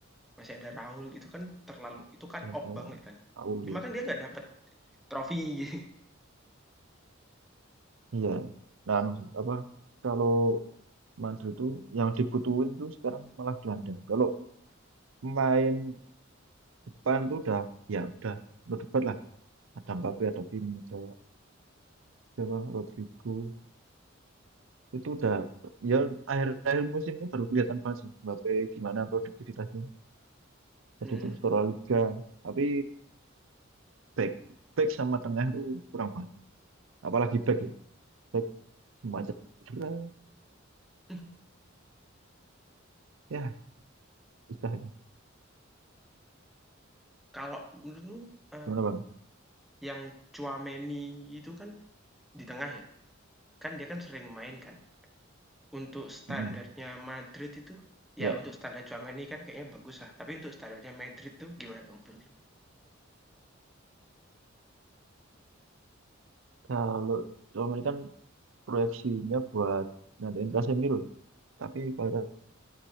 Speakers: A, in the centre; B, on the right.
A: masih ada Raul, itu kan terlalu itu kan
B: saya ada
A: op banget kan.
B: aku
A: Cuma
B: lihat
A: kan dia nggak dapet trofi. <laughs>
B: iya nah anu sih, apa kalau Madrid tuh yang dibutuhin tuh sekarang malah gelandang kalau main depan tuh udah ya udah berdebat lah ada Mbappe ada Vini ada siapa Rodrigo Itu udah ya akhir-akhir musim ini baru kelihatan banget sih Mbappe gimana produktivitasnya. Jadi
A: Mhm.
B: struktural liga, tapi back back sama tengah tuh kurang banget. Apalagi back ya. Back semacam cedera.
A: <laughs>
B: Ya, bisa
A: Kalau menurutmu, eee,
B: Gimana Bang?
A: yang Tchouaméni itu kan Di tengah ya? Kan dia kan sering main kan. Untuk standarnya
B: mm
A: Madrid itu,
B: Ya,
A: ya untuk standar Tchouaméni kan kayaknya bagus lah. Tapi untuk standarnya Madrid tuh gimana Bang menurut lu?
B: kalau cuma ini kan proyeksinya buat ngadain Casemiro. Tapi kualitasnya